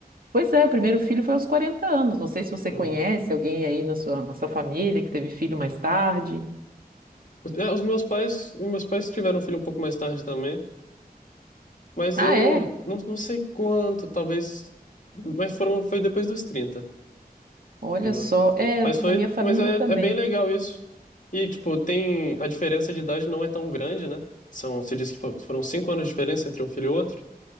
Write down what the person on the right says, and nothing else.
Pois é, o primeiro filho foi aos 40 anos. Não sei se você
conhece alguém aí na sua, na sua família que teve filho mais tarde.
Ah,
é?
Olha
só. É,
na minha família
também.